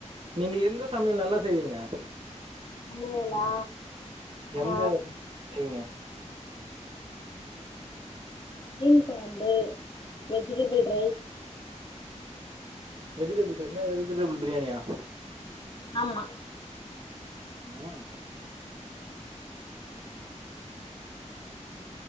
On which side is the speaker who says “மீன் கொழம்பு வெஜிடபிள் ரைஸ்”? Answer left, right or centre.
Left